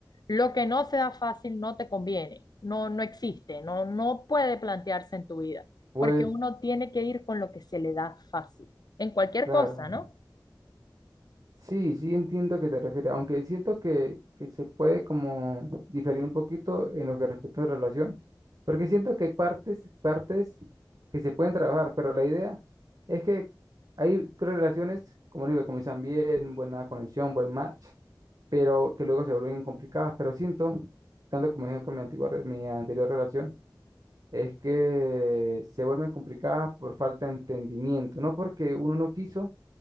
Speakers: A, on the left; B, on the right.
A: Lo que no se da fácil no te conviene, no, no existe, no, no puede plantearse en tu vida,
B: pues
A: porque uno tiene que ir con lo que se le da fácil, en cualquier
B: claro.
A: cosa, ¿no?
B: Sí, sí entiendo a qué te refieres, aunque siento que, que se puede como diferir un poquito en lo que respecta a la relación, porque siento que hay partes, partes que se pueden trabajar, pero la idea es que hay relaciones, como digo, que comienzan bien, buena conexión, buen match, pero que luego se vuelven complicadas, pero siento, tanto como ejemplo mi antigua, re- mi anterior relación, es que se vuelven complicadas por falta de entendimiento, no porque uno no quiso,